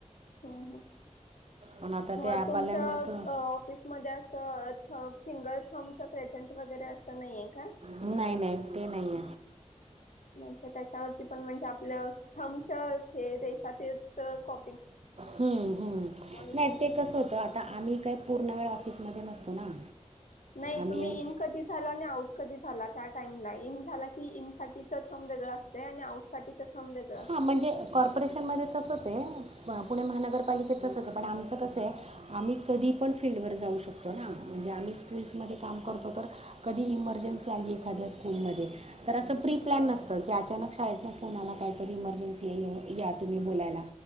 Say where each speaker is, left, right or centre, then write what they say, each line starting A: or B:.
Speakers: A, on the left (about 85°); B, on the right (about 55°).
A: हो हो.
B: पण आता
A: मग
B: ते ॲप
A: तुमच्या
B: आल्यामुळं
A: अ
B: तर
A: ऑफिस मध्ये असं थ फिंगर थम्बचं प्रेझंट वगैरे असं नाहीेए का?
B: नाही नाही ते नाही
A: म्हणजे त्याच्यावरती पण म्हणजे आपल्या स थम्बच्या हे रेशा ते तळ कॉ
B: हम्म हम्म,
A: चेंजेस
B: नाही ते कसं
A: करू
B: होतं
A: शकत
B: आता आम्ही काय पूर्ण वेळ ऑफिस मध्ये नसतो ना.
A: नाही
B: आम्ही
A: तुम्ही इन कधी झाला आणि आऊट कधी झाला त्या टाईमला इन झाला की इन साठीचं थ असतंय आणि आउट साठीचं थम्ब वेगळं असतंय.
B: ह म्हणजे कॉर्पोरेशनमध्ये तसंच आहे, म पुणे महानगरपालिकेत तसंच आहे, पण आमचं कसं आहे आम्ही कधी पण फील्डवर जाऊ शकतो ना, म्हणजे आम्ही स्कूल्समध्ये काम करतो तर कधी ही इम मर्जन्सी आली एखाद्या स्कूल मध्ये, तर असं प्री प्लॅन
A: हा
B: नसतं,
A: हा
B: की आ मग शाळेतनं फोन आला काहीतरी इमर्जन्सी आहे या तुम्ही बोलायला.